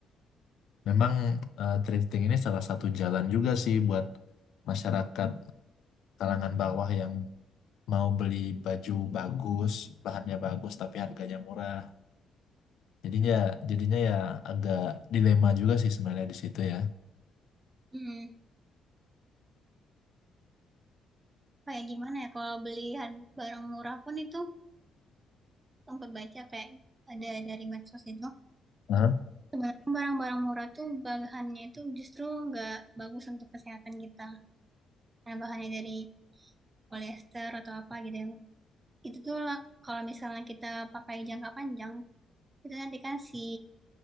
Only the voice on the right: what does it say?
Hmm, kayak gimana ya kalau beli har- barang murah pun itu sempat baca kayak ada dari medsos itu
sebenarnya barang-barang murah tuh bahannya itu justru nggak bagus untuk kesehatan kita. Nah, bahannya dari polyester atau apa gitu yang itu tuh lah, kalau misalnya kita pakai jangka panjang itu nanti kan si